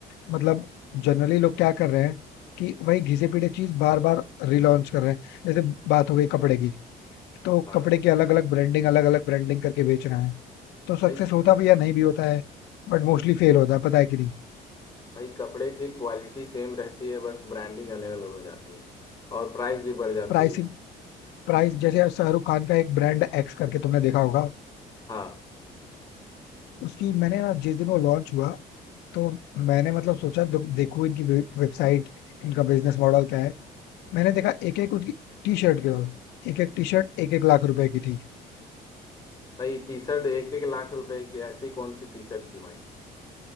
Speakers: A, on the left; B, on the left.
A: मतलब जनरली लोग क्या कर रहे हैं कि वही घिसे पीटे चीज बार बार रिलॉन्च कर रहे हैं जैसे बात हो गई कपड़े की तो
B: हाँ
A: कपड़े के अलग अलग ब्रांडिंग अलग अलग ब्रांडिंग करके बेच रहे हैं तो
B: भाई
A: सक्सेस होता भी या नहीं भी होता है बट मोस्टली फेल होता है पता है कि नहीं
B: भाई कपड़े की क्वालिटी सेम रहती है बस ब्रांडिंग अलग अलग हो जाती है और प्राइस भी बढ़ जाती
A: प्राइसिंग
B: है
A: प्राइस जैसे अब शाहरुख खान का एक ब्रांड एक्स करके तुमने देखा होगा
B: हाँ
A: उसकी मैंने ना जिस दिन वो लॉन्च हुआ तो मैंने मतलब सोचा दे- देखूं इनकी वे- वेबसाइट इनका बिजनेस मॉडल क्या है मैंने देखा एक एक उसकी टी शर्ट केवल एक एक टी शर्ट एक एक लाख रुपए की थी
B: भाई टी शर्ट एक एक लाख रुपए की ऐसी कौन सी टी शर्ट थी भाई